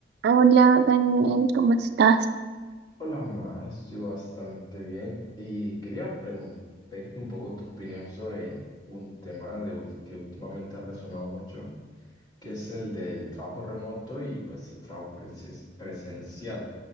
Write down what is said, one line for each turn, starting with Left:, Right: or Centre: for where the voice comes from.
Right: Hola Daniel, ¿cómo estás?
Left: Hola, más, yo bastante bien y quería pregun- pedirte un poco tu opinión sobre un tema de ul- que últimamente ha resonado mucho, que es el del trabajo remoto y pues el trabajo presen- presencial.